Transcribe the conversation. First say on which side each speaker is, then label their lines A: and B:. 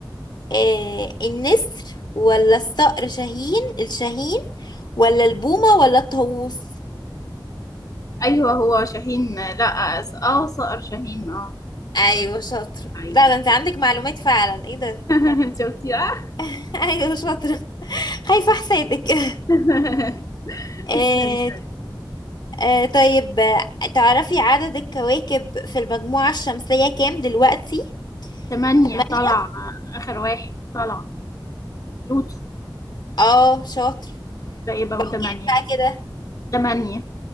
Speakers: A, on the left; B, on the left.
A: آه النسر ولا الصقر شاهين الشاهين ولا البومة ولا الطاووس
B: ايوه هو شاهين لا س- اه صقر شاهين اه
A: ايوه شاطرة
B: ايوه
A: لا ده انت عندك معلومات فعلا ايه ده
B: <laughs> شفتي بقى
A: <laughs> ايوه شاطرة خايفة حسادك <laughs>
B: <laughs>
A: آه
B: تسلمي
A: آه طيب آه، تعرفي عدد الكواكب في المجموعة الشمسية كام دلوقتي
B: تمانية
A: تمانية
B: طلع اخر واحد طلع لوتو
A: اه شاطر
B: ده يبقوا
A: بقوا
B: تمانية
A: كام بقى كده
B: تمانية